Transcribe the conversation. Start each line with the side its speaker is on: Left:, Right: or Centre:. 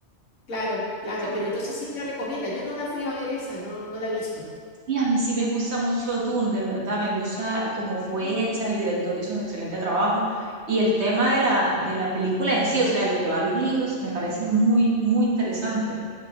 Left: claro, claro,
Right: Sí, porque-
Left: pero entonces sí la recomienda. Yo no la fui a ver esa, no, no la he visto.
Right: y a mí sí me gusta mucho Dune, de verdad, me gusta cómo fue
Left: Mm,
Right: hecha, el director hizo un excelente trabajo y el tema de la, de la película en sí, o sea, de lo que va a los libros, me parece muy, muy interesante.